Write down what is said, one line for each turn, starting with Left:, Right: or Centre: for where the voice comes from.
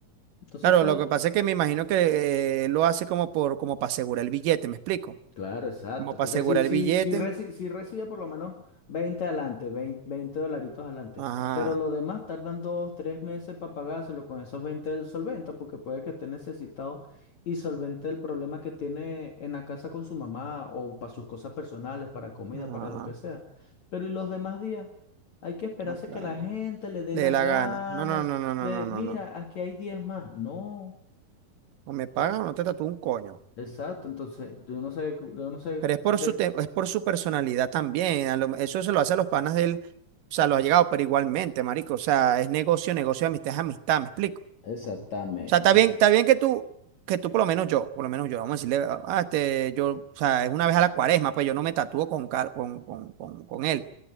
Left: Entonces
Right: Claro,
Left: todo,
Right: lo que pasa es que me imagino que eh, lo hace como por, como para asegurar el billete, ¿me explico?
Left: Claro, exacto.
Right: Como para
Left: Porque
Right: asegurar
Left: si, si,
Right: el billete.
Left: si, reci- si recibe por lo menos 20 adelante, veinte 20 dolaritos adelante,
Right: Ajá,
Left: pero lo demás tardan dos, tres meses para pagárselo con esos 20 del solvente, porque puede que esté necesitado y solvente el problema que tiene en la casa con su mamá o para sus cosas personales, para comida,
Right: ajá,
Left: para lo que sea. Pero ¿y los demás días? Hay que esperarse
Right: no, claro.
Left: que la gente le dé
Right: Le
Left: la
Right: dé la
Left: gana
Right: gana. No, no, no, no, no,
Left: de,
Right: no, no,
Left: mira,
Right: no.
Left: aquí hay 10 más. No.
Right: O me
Left: Entonces,
Right: pagan o no te tatúo un coño.
Left: Exacto, entonces yo no sé, yo no sé
Right: Pero es por
Left: de,
Right: su te- es por su personalidad también. a lo- eso se lo hace a los panas de él. O sea, lo ha llegado, pero igualmente, marico. O sea, es negocio, negocio, amistad es amistad, ¿me explico?
Left: Exactamente.
Right: O sea, está bien,
Left: eso-
Right: está bien que tú, que tú por lo menos yo, por lo menos yo, vamos a decirle, ah, ah, este, yo, o sea, es una vez a la cuaresma, pues yo no me tatúo con, car- con, con, con, con él.